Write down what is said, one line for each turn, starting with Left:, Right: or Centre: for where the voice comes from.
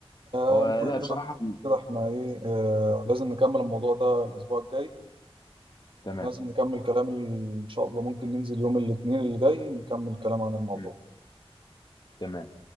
Right: آه،
Left: هو
Right: المهم
Left: لا بصراحه
Right: بقى كده احنا ايه آه، لازم نكمل الموضوع ده الاسبوع الجاي
Left: تمام
Right: لازم نكمل كلام ال- ان شاء الله ممكن ننزل يوم الاثنين اللي جاي نكمل كلام عن الموضوع
Left: مم. تمام